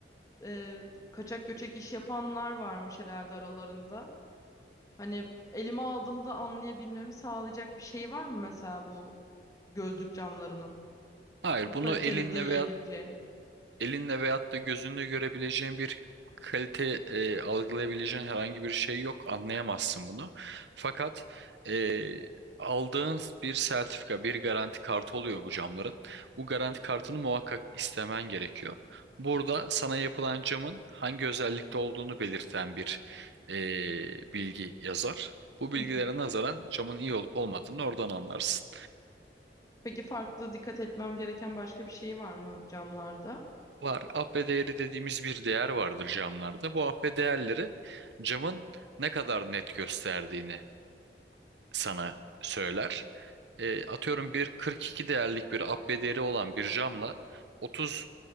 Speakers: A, on the left (about 20°); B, on the right (about 80°).
A: e, kaçak göçek iş yapanlar varmış herhalde aralarında. Hani elime aldığımda anlayabilmemi sağlayacak bir şey var mı mesela bu gözlük camlarının?
B: Hayır,
A: Bu
B: bunu
A: kaliteli
B: elinle
A: diyebileceğim.
B: veya elinle veyahut da gözünle görebileceğin bir kalite e, algılayabileceğin herhangi bir şey yok. Anlayamazsın bunu. Fakat e, aldığın bir sertifika, bir garanti kartı oluyor bu camların. Bu garanti kartını muhakkak istemen gerekiyor. Burada sana yapılan camın hangi özellikte olduğunu belirten bir e, bilgi yazar. Bu bilgilere
A: Hı hı.
B: nazaran camın iyi olup olmadığını oradan anlarsın.
A: Peki farklı dikkat etmem gereken başka bir şey var mı camlarda?
B: Var. AP değeri dediğimiz bir değer vardır camlarda. Bu AP değerleri camın ne kadar net gösterdiğini sana söyler. E, atıyorum bir 42 değerlik bir AP değeri olan bir camla otuz